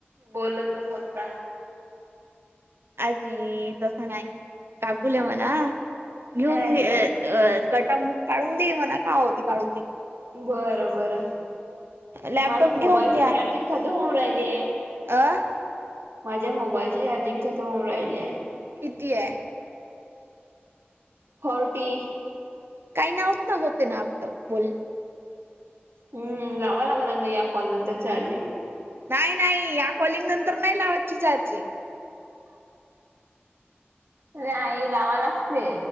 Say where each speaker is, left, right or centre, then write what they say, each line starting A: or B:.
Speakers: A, on the right; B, on the right.
A: बोलतो फक्त-
B: आजी तसं नाही काकूल म्हणा घेऊनगे-
A: ह
B: अ गटा म्हणून काढून दे म्हणा का होते काढून दे?
A: बरं बरं
B: लॅपटॉप
A: माझ्या मोबाईलची
B: घेऊन
A: चार्जिंग खतम होऊन राहिली आहे.
B: अं.
A: माझ्या मोबाईल चार्जिंग खतम होऊन राहिली आहे.
B: किती आहे?
A: फोर्टी.
B: काही नाही होत ना होते ना आपलं बोलणं.
A: हम्म लावां लागल ना आता या कॉल नंतर चार्जिंग.
B: नाही नाही या कॉलिंग नंतर नाही लावाची चार्जिंग.
A: नाही लावा लागते.